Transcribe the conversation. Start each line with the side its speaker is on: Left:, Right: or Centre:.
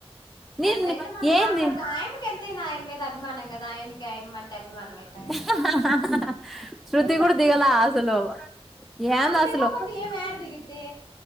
Centre: నీ
Left: అట్లయితే మనం
Centre: ఏంది
Left: మాట్లాడుదాం ఆయనకి ఎంతయినా ఆయన మీద అభిమానం కదా ఆయనకి ఆయమ్మంటే అభిమానం అయిపాయే
Centre: ఆహ్ ఆహ్ ఆహ్ ఆహ్ శృతి కూడా దిగల అసలు ఏంది
Left: ఆమె దిగపోతే
Centre: అసలు
Left: ఈమె యాడ దిగిద్ది